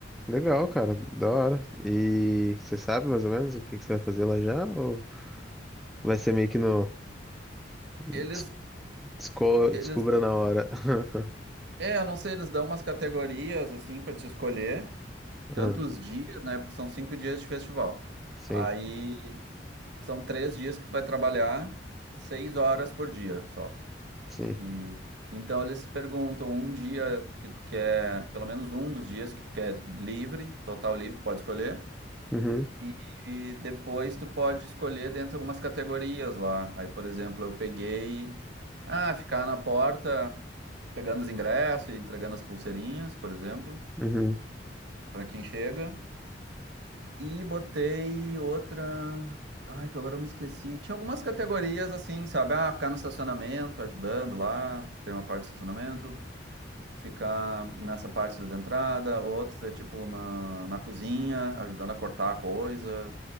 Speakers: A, in the centre; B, on the right (about 65°).
A: Legal, cara. Da hora. E você sabe mais ou menos o que que você vai fazer lá já? Ou vai ser meio que no des-
B: Eles,
A: desco-
B: eles,
A: descubra na hora? <laughs>
B: é, eu não sei, eles dão umas categorias assim para te escolher, tantos
A: Ah,
B: dias, né? Porque são cinco dias de festival.
A: Sim,
B: Aí São três dias que tu vai trabalhar seis horas por dia só.
A: sim.
B: E então eles perguntam um dia que tu quer, pelo menos um dos dias que tu quer livre, total livre, tu pode escolher.
A: Uhum,
B: E, e depois tu pode escolher dentro de algumas categorias lá. Aí, por exemplo, eu peguei, ah, ficar na porta pegando os ingressos e entregando as pulseirinhas, por exemplo,
A: uhum,
B: para quem chega. E botei outra. Ai, que agora eu me esqueci. Tinha algumas categorias assim, sabe? Ah, ficar no estacionamento, ajudando lá, que tem uma parte de estacionamento. Ficar nessa parte ali da entrada. Outros é tipo na, na cozinha, ajudando a cortar a coisa,